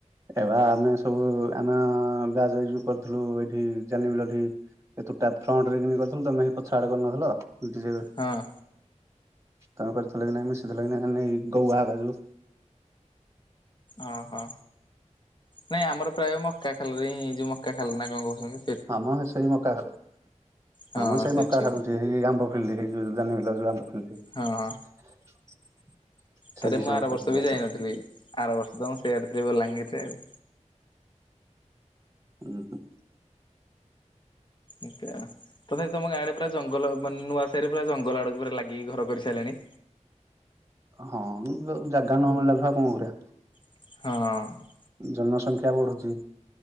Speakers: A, on the right (about 25°); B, on the left (about 40°).
A: ଏବା ଆମେ ସବୁ ଆମ ବ୍ୟାଚ ଏଇ ଯୋଉ କରଥୁଲୁ ଏଇଠି ଯାନି ବାଲି ଏ ତୁଟା ଫ୍ରଣ୍ଟ ରେ କିନି କରିଥିଲୁ ତମେ ହେଇ ପଛ ଆଡ଼େ କରିନଥିଲ। ଯବେ
B: ହଁ।
A: ତମେ କରିଥିଲ କି ନାଇ ମୁଁ ମିଶିଥିଲ କି ନାଇାଇ ଗଉ ବାହା କା ଯୋଉ।
B: ଓହୋ ନାଇଁ ଆମର ପ୍ରାୟ ମକା ଖାଲରେ ହିଁ ଯୋଉ ମକା ଖାଲ ନା କଣ କହୁଚନ୍ତି?
A: ହଁ ମ ହେ ସେଇ ମକାଖାଲରେ।
B: ହଁ
A: ଆମର ସେଇ
B: ସେଠି
A: ମକା ଖାଲହୋଉଚି ଏଇ ଆମ୍ବ ଫିଲିଡ ହେଇ ଯାନୁବିଲ ଯୋଉ ଆମ୍ବ ଫିଲି ହେଇ
B: ହଁ।
A: <inaudible> ସେଇଠି
B: ତ ରେ ମୁଁ
A: ସବୁ
B: ଆର
A: କରିଥିଲ
B: ବର୍ଷ ବି ଯାଇନଥିଲି
A: ସବୁ
B: ଆର ବର୍ଷ ତ ମୁଁ ସେଆଡେ ଥିଲି ବଲାଙ୍ଗୀରରେ ଅଉ।
A: ଉଁ ହୁଁ।
B: ଏକା। ତଥାପି ତମ ଗାଁ ଆଡେ ପୁରା ଜଙ୍ଗଲ ମାନେ ନୂଆ ସାହି ରେ ପୁରା ଜଙ୍ଗଲ ଆଡକୁ ପୁରା ଲାଗିକି ଘର କରିସାରିଲେଣି।
A: ହଁ ଜାଗା ନ ମିଳିଲା ଆଉ କଣ କରିବା?
B: ହଁ।
A: ଜନସଂଖ୍ୟା ବଢୁଛି।